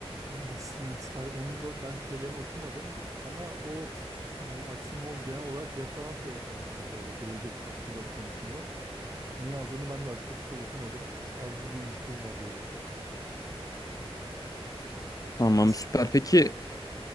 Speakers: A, on the right; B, on the left.
A: Vallahi s- yani say, onun da ben şeylerini okumadım ama o s- e, Asimov genel olarak referans olarak alınıyor böyle gelecek tasvirleri konusunda. Ne yazdığını ben de açıkçası çok okumadım. Sadece duymuşluğum var diyebilirim.
B: Tamam
A: İkisi.
B: süper. Peki